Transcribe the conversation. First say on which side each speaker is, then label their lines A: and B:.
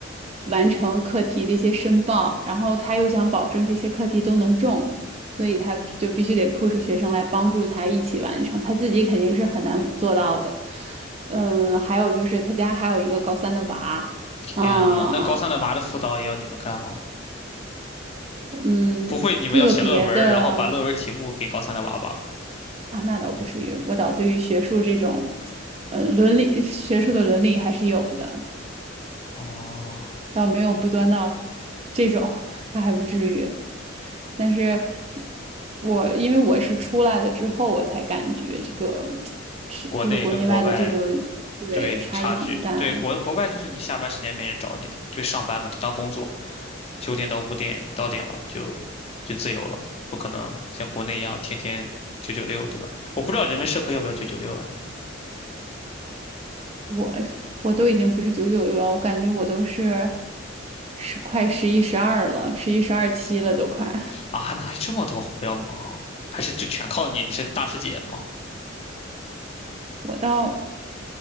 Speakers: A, on the right (about 30°); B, on the left (about 30°).
A: 完成课题这些申报，然后他又想保证这些课题都能中，所以他就必须得 push 学生来帮助他一起完成，他自己肯定是很难做到的。嗯，还有就是他家还有一个高三的娃。
B: 天呐，
A: 啊，
B: 那高三的娃的辅导也要你们干吗？
A: 嗯，
B: 不会，你们要写论文儿然后把论文题目给高三的娃吧？
A: 个别的，啊，那倒不至于，我倒对于学术这种，呃，伦理学术的伦理还是有的，
B: 哦，
A: 倒没有不端到这种，他还不至于。但是我因为我是出来了之后，我才感觉这个是就是国内外的这种
B: 国内跟国外
A: 对差异很大。
B: 对差距，对国国外就是你下班时间没人找你的，就上班嘛，就当工作，九点到五点，你到点了就就自由了，不可能像国内一样天天九九六，对吧？我不知道人文社科要不要九九六哎，
A: 我我都已经不是九九六了，我感觉我都是十快十一十二了，十一十二期了都快。
B: 啊，哪有这么多活要忙？还是就全靠你？你是大师姐吗？
A: 我倒